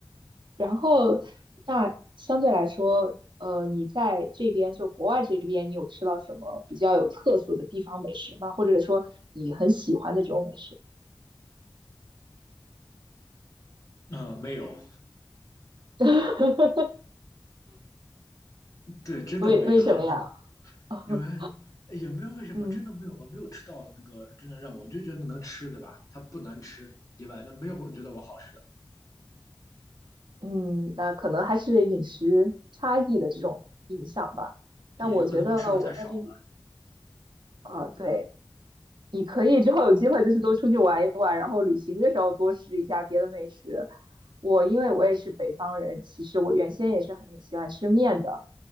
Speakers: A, on the right; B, on the left.
A: 然后，那相对来说，呃，你在这边就国外这边，你有吃到什么比较有特色的地方美食吗？或者说你很喜欢的这种美食？
B: 嗯，没有，
A: <laughs>
B: 对，真的没有，
A: 为为什么呀？
B: <laughs>
A: <laughs>
B: 因为哎也没有为什么，
A: 嗯。
B: 真的没有，我没有吃到那个真的让我就觉得能吃，对吧？它不难吃以外，那没有我觉得我好吃的，
A: 嗯，那可能还是饮食差异的这种影响吧。但我觉得我在这，
B: 也有可能我吃的太少了。
A: 啊，对，你可以之后有机会就是多出去玩一玩，然后旅行的时候多试一下别的美食。我因为我也是北方人，其实我原先也是很喜欢吃面的。